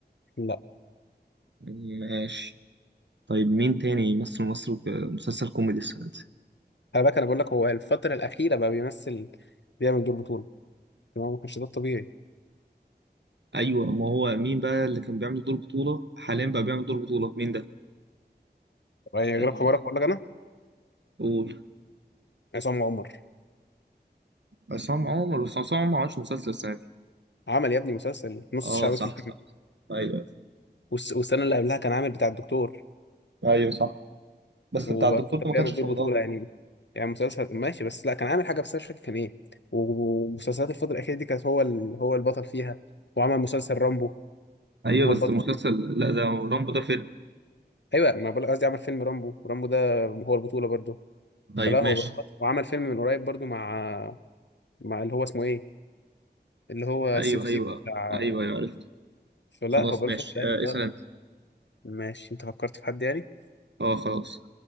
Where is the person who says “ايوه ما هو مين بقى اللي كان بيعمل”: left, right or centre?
Right